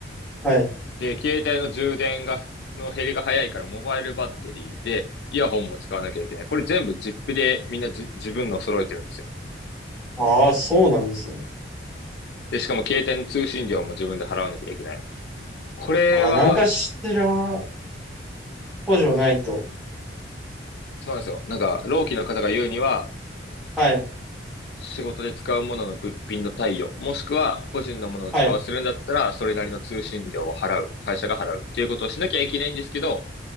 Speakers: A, in the centre; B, on the left (about 55°).
A: はい。
B: で、携帯の充電が、の減りが早いからモバイルバッテリーで、イヤホンも使わなきゃいけない。これ全部ジップでみんなじ自分の揃えてるんですよ。
A: ああ、そうなんですね。
B: で、しかも携帯の通信料も自分で払わなきゃいけない。これは、
A: ああ、なんかしら補助ないと。
B: そうなんですよ。なんか、労基の方が言うには、
A: はい。
B: 仕事で使うものの物品の貸与、もしくは個人のものを使わせるんだったら、
A: はい。
B: それなりの通信料を払う、会社が払うっていうことをしなきゃいけないんですけど、